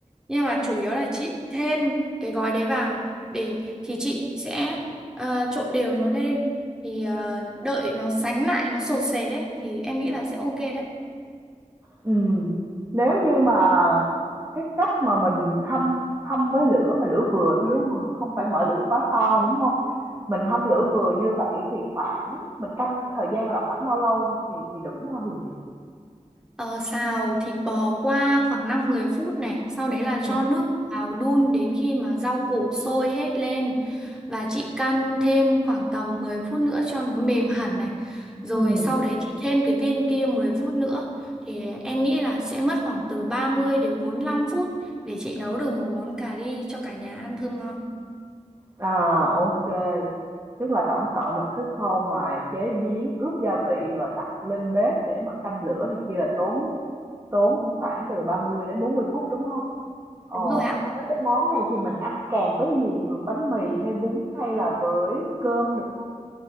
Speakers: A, in the centre; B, on the right (about 25°).
A: Nhưng mà chủ yếu là chị thêm cái gói đấy vào để thì chị sẽ ờ, trộn đều nó lên thì ờ, đợi nó sánh lại nó sột sệt đấy thì em nghĩ là sẽ ok đấy.
B: Ừ nếu như mà cái cách mà mình hâm hâm với lửa mà lửa vừa thôi, đúng không Không phải mở lửa quá to, đúng không Mình hâm lửa vừa như vậy thì khoảng mình canh thời gian là khoảng bao lâu thì thì đủ hả Hường nhỉ?
A: Ờ, xào thịt bò qua khoảng năm mười phút này, sau đấy là
B: Ừ
A: cho nước vào đun đến khi mà rau củ sôi hết lên và chị căn thêm khoảng tầm 10 phút nữa cho nó mềm hẳn này. Rồi
B: Ừm,
A: sau đấy chị thêm cái viên kia 10 phút nữa thì em nghĩ là sẽ mất khoảng từ ba mươi đến 45 phút để chị nấu được một món cà ri cho cả nhà ăn thơm ngon.
B: à, ô tức là tổng cộng là cái khâu mà chế biến, ướp gia vị và đặt lên bếp để mà canh lửa này kia là tốn tốn cũng khoảng từ 30 đến 40 phút, đúng không Ồ,
A: Đúng rồi ạ.
B: thế cái món này thì mình ăn kèm với gì hả? Bánh mì hay bún hay là với cơm được không?